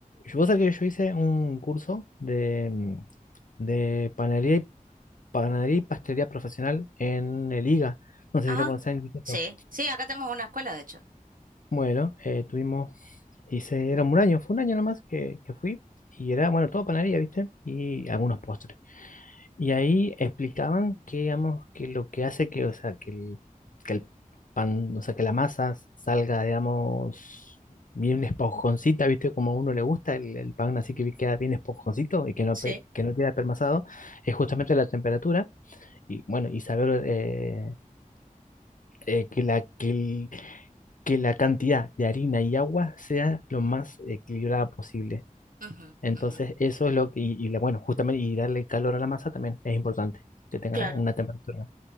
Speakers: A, on the left (about 65°); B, on the right (about 70°).
A: vos sabés que yo hice un curso de, mm, de panadería y, panadería y pastelería profesional en el IGA. No sé
B: Ajá,
A: si lo conocés en instituto.
B: Sí, sí, acá tenemos una escuela de hecho.
A: Bueno, eh, tuvimos, hice, era un año, fue un año nomás que, que fui. Y era, bueno, todo panadería, ¿viste? Y algunos postres. Y ahí explicaban que, digamos, que lo que hace que, o sea, que el, que el pan, o sea, que la masa salga, digamos, bien esponjoncita, ¿viste? Como a uno le gusta el, el pan, así que queda bien esponjoncito y que no,
B: sí,
A: pe- que no queda permasado, es justamente la temperatura y, bueno, y saber eh, eh, que la, que, el- que la cantidad de harina y agua sea lo más equilibrada posible.
B: Ujú,
A: Entonces,
B: ujú.
A: eso es lo que, y, y la- bueno, justamente, y darle calor a la masa también es importante, que tenga
B: claro.
A: una temperatura